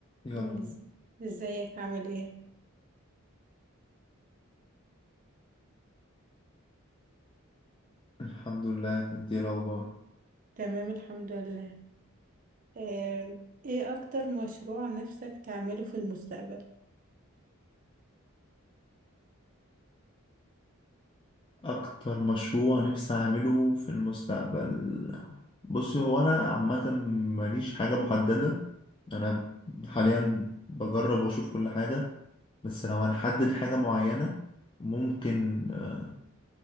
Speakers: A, on the left; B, on the right.
A: يلا
B: إز-
A: بينا.
B: ازيك عامل ايه
A: الحمد لله انت ايه الاخبار
B: تمام الحمد لله آه، ايه اكتر مشروع نفسك تعمله في المستقبل
A: اكتر مشروع نفسي اعمله في المستقبل بصي هو انا عامه ماليش حاجه محدده انا حاليا بجرب واشوف كل حاجه بس لو هنحدد حاجه معينه ممكن آه،